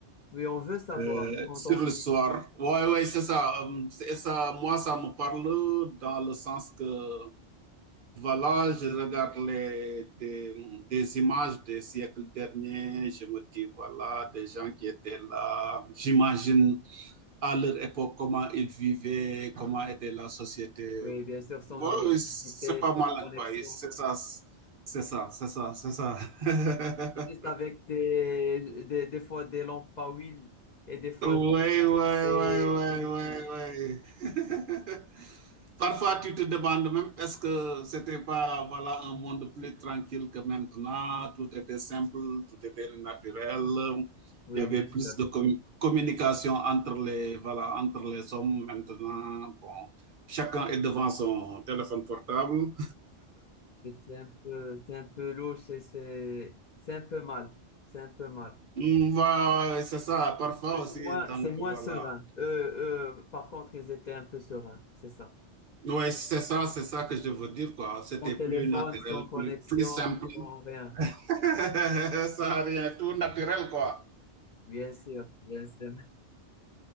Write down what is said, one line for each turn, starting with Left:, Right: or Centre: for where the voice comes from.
Left: Oui, on veut savoir
Right: euh,
Left: quand
Right: sur
Left: on fait
Right: l'histoire. Ouais, ouais, c'est ça. Euh, c'est ça. Moi, ça me parle dans le sens que voilà, je regarde les, des, des images des siècles derniers. Je me dis, voilà, des gens qui étaient là. J'imagine à leur époque comment ils vivaient, comment était la société.
Left: Oui, bien sûr, sans
Right: Ouais,
Left: électricité,
Right: ouais, c'est pas mal.
Left: sans
Right: hein,
Left: connexion.
Right: Ouais, c'est ça, c'est ça, c'est ça, c'est ça. <laughs>
Left: Juste avec des, des, des fois des lampes à huile et des fois
Right: oui,
Left: juste
Right: oui,
Left: des...
Right: oui, oui,
Left: des bougies.
Right: oui, oui. <laughs> Parfois, tu te demandes même, est-ce que c'était pas voilà un monde plus tranquille que maintenant Tout était simple, tout était naturel.
Left: Oui,
Right: Il y avait
Left: bien
Right: plus
Left: sûr.
Right: de com- communication entre les voilà entre les hommes maintenant. Bon, chacun est devant son téléphone portable.
Left: Et C'est un peu, c'est un peu louche et c'est c'est un peu mal. C'est un peu mal.
Right: Mm, ouais, c'est ça. Parfois
Left: Parce
Right: aussi,
Left: que C'est moins,
Right: donc
Left: c'est moins
Right: voilà.
Left: serein. Eux, eux, par contre, ils étaient un peu sereins, c'est ça.
Right: Ouais, c'est ça, c'est ça que je veux dire quoi. C'était
Left: Sans téléphone,
Right: plus naturel,
Left: sans connexion,
Right: plus plus simple.
Left: sans rien.
Right: <laughs> ça a rien, tout naturel quoi.
Left: Bien sûr, bien sûr.